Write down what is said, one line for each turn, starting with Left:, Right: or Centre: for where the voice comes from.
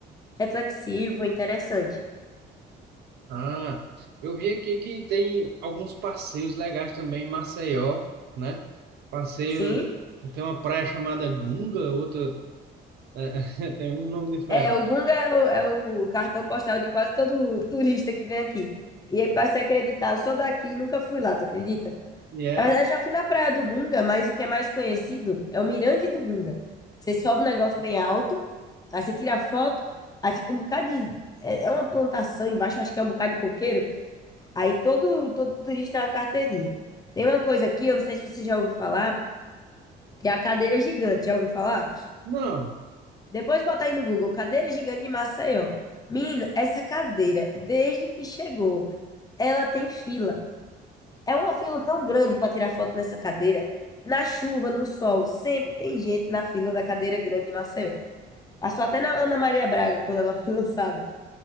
Left: reflexivo, foi interessante.
Right: Ah, eu vi aqui que tem alguns passeios legais também em Maceió, né? Passeio,
Left: Sim.
Right: tem uma praia chamada Gunga, outra eh, <laughs> tem um nome diferente.
Left: É, o Gunga é o, é o cartão postal de quase todo turista que vem aqui. E aí, pra se acreditar, eu sou daqui e nunca fui lá, tu acredita?
Right: E é,
Left: Na verdade, já fui na Praia do Gunga, mas o que é mais conhecido é o Mirante do Gunga. Você sobe um negócio bem alto, aí você tira foto, aí fica um bocado de. É é uma plantação embaixo, acho que é um bocado de coqueiro. Aí todo, todo turista é uma carteirinha. Tem uma coisa aqui, eu não sei se você já ouviu falar, que é a cadeira gigante. Já ouviu falar?
Right: não,
Left: Depois botar aí no Google, cadeira gigante de Maceió. Menina, essa cadeira, desde que chegou, ela tem fila. É uma fila tão grande para tirar foto nessa cadeira. Na chuva, no sol, sempre tem gente na fila da cadeira grande de Maceió. Passou até na Ana Maria Braga, quando ela <laughs> foi lançada.